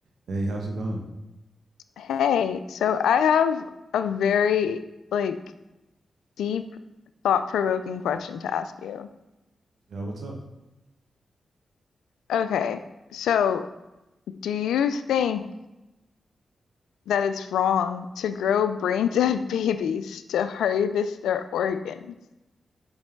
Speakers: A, on the right; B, on the left.
A: Hey, how's it going?
B: Hey, so I have a very like deep, thought-provoking question to ask you.
A: Yeah, what's up?
B: Okay, so do you think that it's wrong to grow brain dead <laughs> babies to harvest their organs?